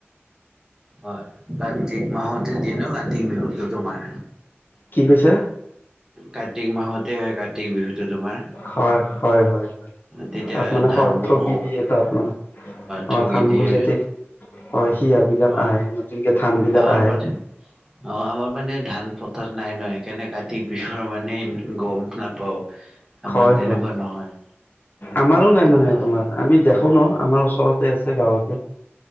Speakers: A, on the right; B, on the left.
A: হয়, কাতিক মাহতে দিনো কাতিক বিহুটো তোমাৰ।
B: কি কৈছা?
A: কাৰ্তিক মাহতে হয়, কাতিক বিহুতো তোমাৰ।
B: হয়, হয়, হয়, হয়,
A: তেতিয়া
B: তাত মানে
A: ধানবোৰ
B: থগি
A: ক
B: দিয়ে তাত মানে
A: ঠগি
B: অ', ধানবোৰ
A: দিয়ে
B: যেতি হয় শিহাবিলাক
A: অ'
B: আহে নতুনকে ধানবিলাক
A: আমাৰ
B: আহে।
A: মানে অ', আমাৰ মানে ধান পথাৰ নাই নহ সেইকাৰণে কাতিক বিহুৰ মানে গম নাপাওঁ, আমাৰ
B: হয়,
A: তেনেকুৱা
B: হয়।
A: নহয়।
B: আমাৰো নাই
A: অ'
B: মানে তোমাৰ আমি দেখো ন' আমাৰ ওচৰতে আছে গাঁৱতে।